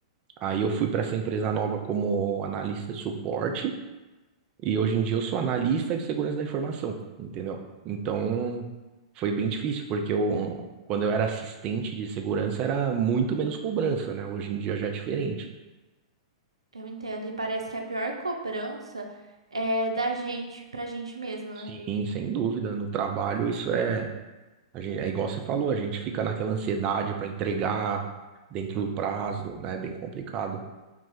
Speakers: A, on the right; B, on the right.
A: Aí eu fui para essa empresa nova como analista de suporte. E hoje em dia eu sou analista de segurança da informação, entendeu? Então foi bem difícil, porque eu, quando eu era assistente de segurança era muito menos cobrança, né? Hoje em dia já é diferente.
B: Eu entendo. E parece que a pior cobrança é da gente pra gente mesmo,
A: Sim,
B: né?
A: sem dúvida. No trabalho isso é, a gente, é igual você falou, a gente fica naquela ansiedade para entregar dentro do prazo, né? É bem complicado.